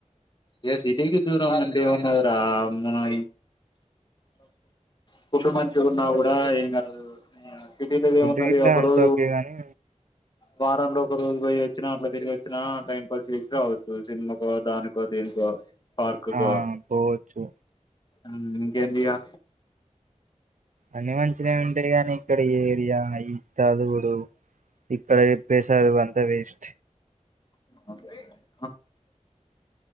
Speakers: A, on the left; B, on the right.
A: ఇగ సిటీకి దూరమంటే ఏమున్నది రా మ్మా ఫుడ్ మంచిగున్నా కూడా ఏం కాదు సిటీలోదేమున్నది
B: ఫుడ్ ఇట్లా
A: ఒక
B: అంత
A: రోజు
B: ఓకే గాని
A: వారంలో ఒక రోజు పోయి వచ్చినా అట్లా తిరిగి వచ్చినా టైం పాస్ చేసినా అవుతది సినిమాకో దానికో దేని కో పార్కుకో
B: ఆ పోవచ్చు
A: ఊ ఇంకెందిగా
B: అన్ని మంచిగానే ఉంటాయి కాని ఇక్కడ ఏరియా ఈ చదువులు ఇక్కడ చెప్పే చదువులంతా వేస్ట్
A: ఇగ